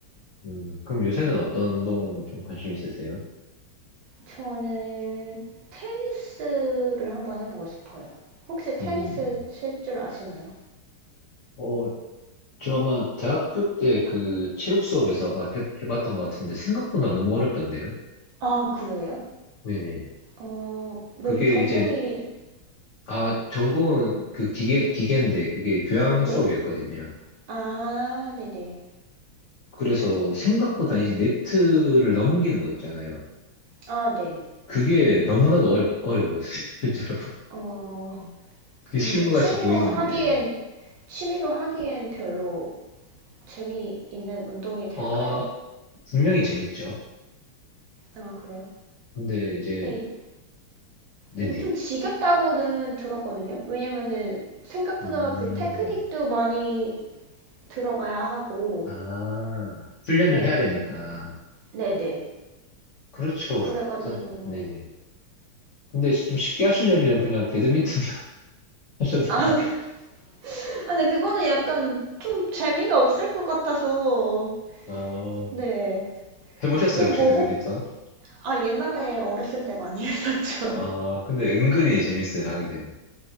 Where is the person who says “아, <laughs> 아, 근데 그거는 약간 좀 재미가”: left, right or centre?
Right